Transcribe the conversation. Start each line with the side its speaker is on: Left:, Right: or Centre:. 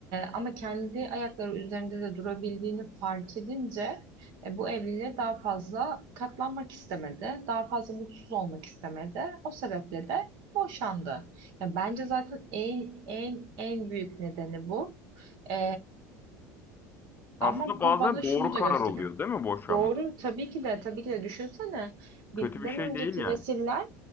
Right: ama kendi ayakları üzerinde de durabildiğini fark edince e, bu evliliğe daha fazla katlanmak istemedi. Daha fazla mutsuz olmak istemedi. O sebeple de boşandı. Ya bence zaten en en en büyük nedeni bu. E,
Left: Aslında
Right: ama
Left: bazen
Right: bu bana
Left: doğru
Right: şunu da
Left: karar
Right: gösteriyor.
Left: oluyor değil mi boşanma?
Right: Doğru tabii ki de tabii ki de düşünsene bizden
Left: Kötü bir şey
Right: önceki
Left: değil yani.
Right: nesiller